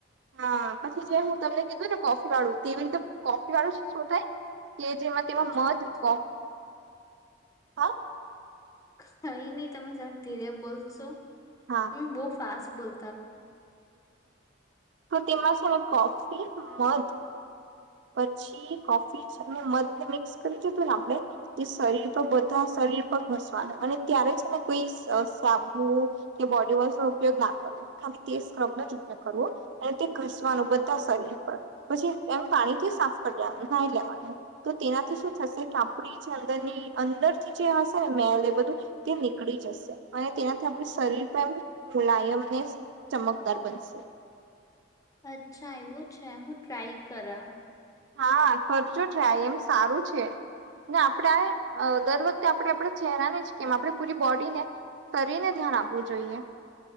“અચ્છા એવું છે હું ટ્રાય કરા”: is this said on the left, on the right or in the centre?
Left